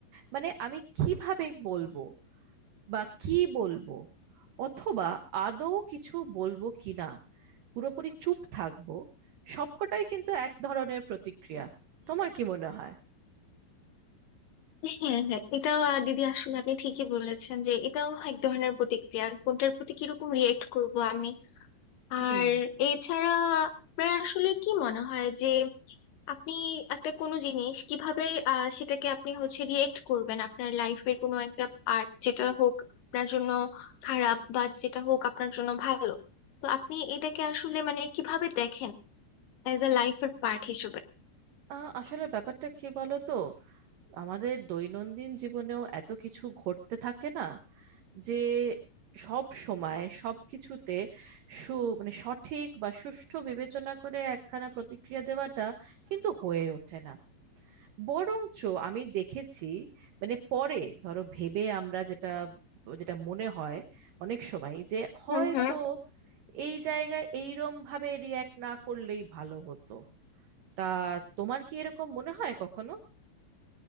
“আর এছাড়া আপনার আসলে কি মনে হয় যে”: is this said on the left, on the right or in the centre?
Left